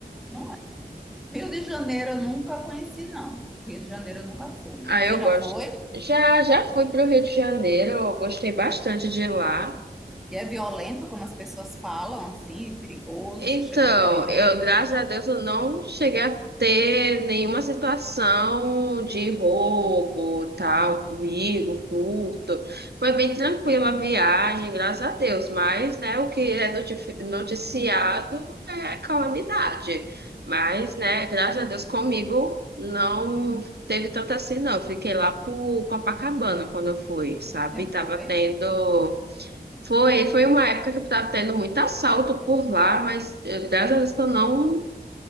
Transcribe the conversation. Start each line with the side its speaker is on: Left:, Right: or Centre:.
Centre: Não é. Rio de Janeiro eu nunca conheci, não. Rio de Janeiro eu nunca fui.
Right: Ah,
Centre: Você
Right: eu
Centre: já
Right: gosto.
Centre: foi?
Right: Já, já fui para o Rio de Janeiro, eu gostei bastante de lá.
Centre: E é violento, como as pessoas falam, assim, perigoso.
Right: Então,
Centre: Você chegou, teve medo?
Right: eu, graças a Deus, eu não cheguei a ter nenhuma situação de roubo, tal, comigo, furto. Foi bem tranquila a viagem, graças a Deus. Mas, né, o que é notifi- noticiado é calamidade. Mas, né, graças a Deus, comigo não teve tanto assim, não. Eu Fiquei lá pro Copacabana quando eu fui, sabe?
Centre: Você
Right: Tava
Centre: foi?
Right: tendo. Foi, foi uma época que eu tava tendo muito assalto por lá, mas eh, graças a Deus que eu não,